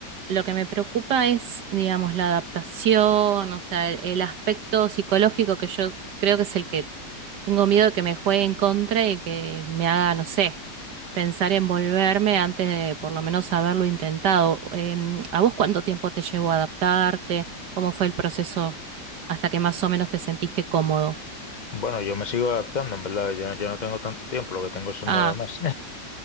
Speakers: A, on the right; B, on the left.
A: lo que me preocupa es, digamos, la adaptación, o sea, el, el aspecto psicológico que yo creo que es el que tengo miedo de que me juegue en contra y que me haga, no sé, pensar en volverme antes de por lo menos haberlo intentado. Em, ¿a vos cuánto tiempo te llevó a adaptarte? ¿Cómo fue el proceso hasta que más o menos te sentiste cómodo?
B: Bueno, yo me sigo adaptando, en verdad. Yo, yo no tengo tanto tiempo, lo que tengo son
A: Ah,
B: nueve meses.